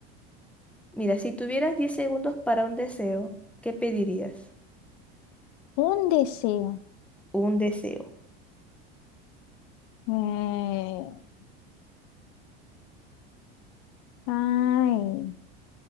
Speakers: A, in the centre; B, on the left.
A: Mira, si tuvieras 10 segundos para un deseo, ¿qué pedirías?
B: Un deseo.
A: Un deseo.
B: Eh, ay.